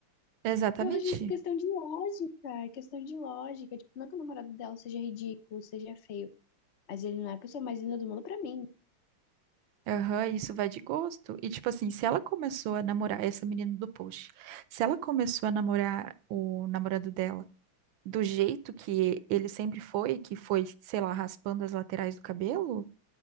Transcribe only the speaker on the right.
Exatamente.
Aham, isso vai de gosto. E, tipo assim, se ela começou a namorar, essa menina do post, se ela começou a namorar o namorado dela do jeito que ele sempre foi, que foi, sei lá, raspando as laterais do cabelo,